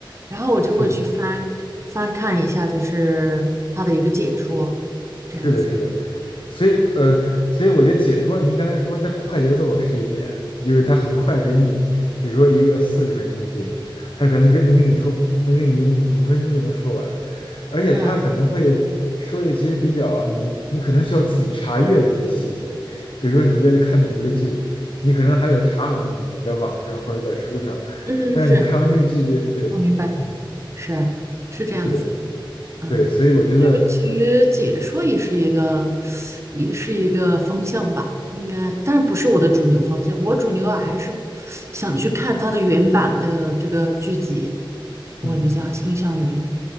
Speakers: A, on the right; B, on the left.
A: 然后我就会去翻翻看一下，
B: 是的，
A: 就是他的一个解说，这样子。
B: 是的，是的，所以呃，所以我觉得解说您刚才说的快节奏是一点，就是他很快给你，比如说一个四十分钟的剧，他可能跟能跟你说，能给你用五分钟就能说完，而且他可能会说一些比较你你可能需要自己查阅的一些细节，
A: 嗯
B: 比如说你为了看懂这个剧，你可能还得查很多东西，在网上或者在书上，
A: 嗯，
B: 但是你看完这个剧就对，
A: 是我明白，
B: 嗯，
A: 是是这样子。
B: 是的，
A: 嗯，
B: 对，所以我觉得，
A: 就是其实解说也是一个
B: 嗯
A: 也是一个方向吧，应该，但是不是我的主流方向。我主流啊，还是想去看他的原版的这个剧集，我比较倾向于
B: 嗯。